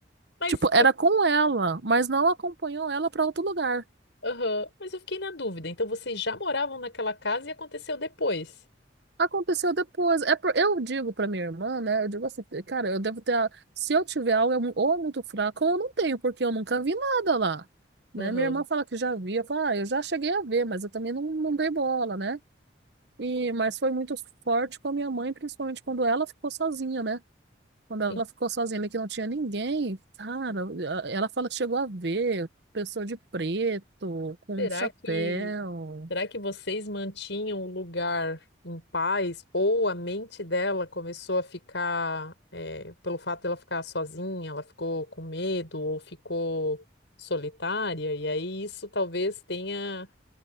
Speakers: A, on the left; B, on the right.
A: Mas
B: Tipo, era
A: eu,
B: com ela, mas não acompanhou ela pra outro lugar.
A: aham, Mas eu fiquei na dúvida. Então, vocês já moravam naquela casa e aconteceu depois.
B: Aconteceu depois. É por- eu digo pra minha irmã, né? Eu digo assim, cara, eu devo ter. a- Se eu tiver algo, é mu- ou é muito fraco, ou eu não tenho, porque eu nunca vi nada lá. Né?
A: Aham.
B: Minha irmã fala que já via. Fala, ah, eu já cheguei a ver, mas eu também não, não dei bola, né? E, mas foi muito forte com a minha mãe, principalmente quando ela ficou sozinha, né? Quando ela
A: E
B: ficou sozinha ali, que não tinha ninguém, cara, a- ela fala que chegou a ver pessoa de preto, com
A: será
B: um chapéu.
A: que Será que vocês mantinham o lugar em paz ou a mente dela começou a ficar, eh, pelo fato dela ficar sozinha, ela ficou com medo ou ficou solitária? E aí isso talvez tenha